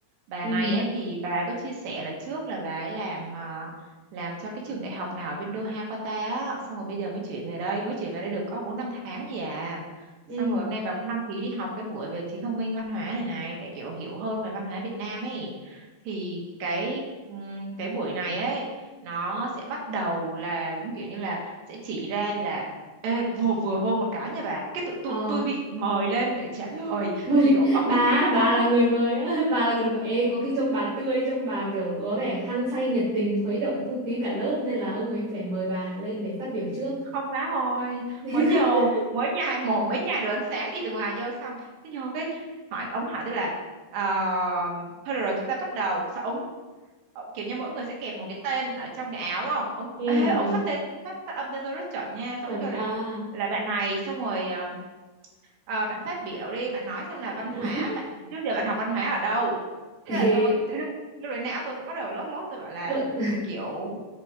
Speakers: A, on the right (about 65°); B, on the right (about 45°).
A: Bà
B: Ừ,
A: này ấy, thì bà ấy có chia sẻ là trước là bà ấy làm à, làm cho cái trường đại học nào ở bên Doha Qatar á, xong rồi bây giờ mới chuyển về đây, mới chuyển về đây được có 4 5 tháng gì à.
B: ừ.
A: Xong rồi hôm nay bà cũng đăng ký đi học cái buổi về trí thông minh văn hóa này này để kiểu hiểu hơn về văn hóa Việt Nam ấy. Thì cái ừm, cái buổi này ấy nó sẽ bắt đầu là đúng kiểu như là sẽ chỉ ra là Ê, vừa vừa vô một cái nha bà cái tụi tôi
B: Ờ,
A: tôi bị
B: <laughs>
A: mời lên để trả lời
B: mời
A: kiểu
B: lên.
A: ông
B: Bà,
A: ấy
B: á,
A: gì mà
B: bà
A: tôi
B: là
A: xong
B: người mời á, <laughs> bà là người được mời. Ê, có khi trông bà tươi, trông bà kiểu có vẻ hăng say nhiệt tình khuấy động không khí cả lớp nên là ông ấy phải mời bà lên để phát biểu trước.
A: không má ơi
B: <laughs>
A: mới vô mới nhai mồm mới nhai đồ ánh sáng đi từ ngoài vô xong cái vô cái hỏi ông hỏi tôi là ờ, thôi được rồi chúng ta bắt đầu sao ông Ờ, kiểu như mỗi người sẽ kẹp một cái tên ở trong cái áo đúng không ông <laughs>
B: Ừ,
A: ê, ông
B: ừ,
A: phát tên phát phát âm tên tôi rất chuẩn nha xong
B: chuẩn
A: ông kêu là
B: à.
A: là bạn này xong rồi ờ, ờ, bạn phát biểu đi bạn nói xem là
B: <laughs>
A: văn hóa bạn trước giờ bạn học văn hóa ở đâu
B: Ê,
A: thế là tôi tự dưng lúc đấy não tôi cũng bắt đầu lót lót tôi bảo là
B: luận.
A: kiểu